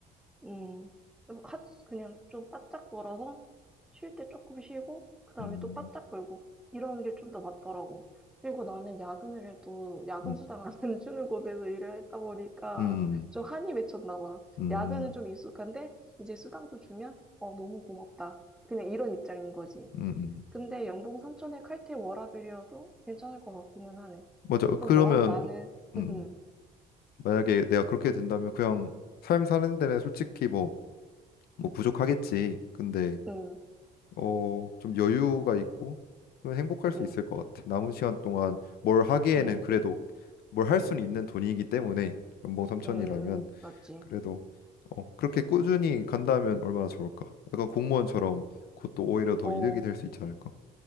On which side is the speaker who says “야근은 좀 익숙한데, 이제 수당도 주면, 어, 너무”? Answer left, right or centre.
Centre